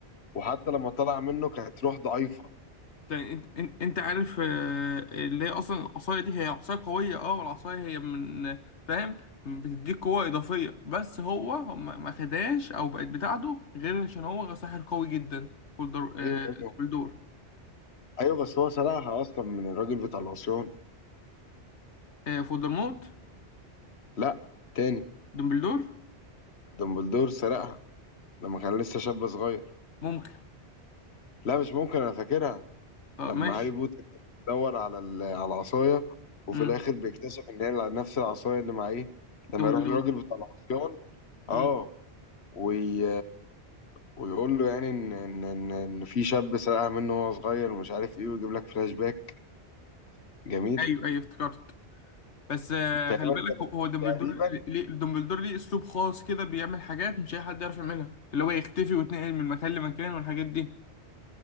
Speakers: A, on the left; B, on the left.
A: وحتى لما طلع منه كانت روح ضعيفة
B: يعني انت انت انت عارف آه، اللي هي اصلا العصايه دي هي عصايه قويه اه والعصايه هي من فاهم بتديك قوه اضافيه بس هو ما ما خدهاش او بقت بتاعته غير عشان هو ساحر قوي جدا فولدر آه
A: ايوه ايوه
B: دمبلدور
A: ايوه بس هو سرقها اصلا من الراجل بتاع العصيان
B: آه فولدرموت
A: لا تاني
B: دمبلدور
A: دمبلدور سرقها لما كان لسه شاب صغير
B: ممكن
A: لا مش ممكن انا فاكرها
B: اه
A: لما
B: ماشي
A: هاري بوتر كان بيدور على ال- على العصاية وفي
B: امم
A: الاخر بيكتشف ان هي نفس العصاية اللي معاه لما
B: دمبلدور
A: يروح للراجل بتاع العصيان اه
B: امم
A: وي... ويقول له يعني ان ان ان ان في شاب سرقها منه وهو صغير ومش عارف ايه ويجيب لك فلاش باك جميل
B: ايوه ايوه افتكرت بس آه،
A: تقريبا
B: خلي بالك
A: كانت
B: هو هو دمبلدور
A: تقريبا
B: ليه دمبلدور ليه اسلوب خاص كده بيعمل حاجات مش اي حد يعرف يعملها اللي هو يختفي ويتنقل من مكان لمكان والحاجات دي